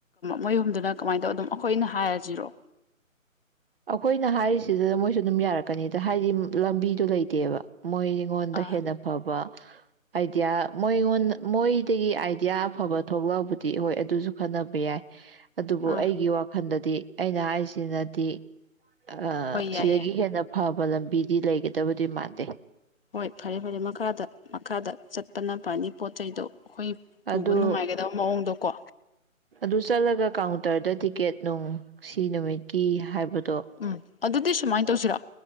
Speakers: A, on the left; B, on the right.
A: ꯃꯣꯏ ꯑꯍꯨꯝꯗꯨꯅ ꯀꯃꯥꯏꯅ ꯇꯧ ꯑꯗꯨꯝ ꯑꯩꯈꯣꯏꯅ ꯍꯥꯏꯔꯁꯤꯔꯣ
B: ꯑꯩꯈꯣꯏꯅ ꯍꯥꯏꯔꯤꯁꯤꯗ ꯃꯣꯏꯁꯨ ꯑꯗꯨꯝ ꯌꯥꯔꯛꯀꯅꯤꯗ ꯍꯥꯏꯗꯤ ꯂꯝꯕꯤꯗꯣ ꯂꯩꯇꯦꯕ ꯃꯣꯏ ꯑꯩꯉꯣꯟꯗ
A: ꯑꯥ
B: ꯍꯦꯟꯅ ꯐꯕ ꯑꯥꯏꯗꯤꯌꯥ ꯃꯣꯏꯉꯣꯟ ꯃꯣꯏꯗꯒꯤ ꯑꯥꯏꯗꯤꯌꯥ ꯑꯐꯕ ꯊꯣꯛꯂꯛꯕꯨꯗꯤ ꯍꯣꯏ ꯑꯗꯨꯁꯨ ꯈꯟꯅꯕ ꯌꯥꯏ ꯑꯗꯨꯕꯨ
A: ꯑꯥ
B: ꯑꯩꯒꯤ ꯋꯥꯈꯜꯗꯗꯤ ꯑꯩꯅ ꯍꯥꯏꯁꯤꯅꯗꯤ ꯑ
A: ꯍꯣꯏ ꯌꯥꯏ
B: ꯁꯤꯗꯒꯤ
A: ꯌꯥꯏ
B: ꯍꯦꯟꯅ ꯐꯕ ꯑ ꯂꯝꯕꯤꯗꯤ ꯂꯩꯒꯗꯕꯗꯤ ꯃꯥꯟꯗꯦ
A: ꯍꯣꯏ ꯐꯔꯦ ꯐꯔꯦ ꯃꯈꯥꯗ ꯃꯈꯥꯗ ꯆꯠꯄꯅ ꯐꯅꯤ ꯄꯣꯠ ꯆꯩꯗꯣ ꯑꯩꯈꯣꯏ ꯄꯨꯕ
B: ꯑꯗꯨ
A: ꯅꯨꯡꯉꯥꯏꯒꯗꯕ ꯃꯑꯣꯡꯗꯣꯀꯣ
B: ꯑꯗꯨ ꯆꯠꯂꯒ ꯀꯥꯎꯟꯇꯔꯗ ꯇꯤꯀꯦꯠ ꯅꯨꯡ ꯁꯤ ꯅꯨꯃꯤꯠꯀꯤ ꯍꯥꯏꯕ
A: ꯎꯝ ꯑꯗꯨꯗꯤ ꯁꯨꯃꯥꯏꯅ ꯇꯧꯁꯤꯔꯣ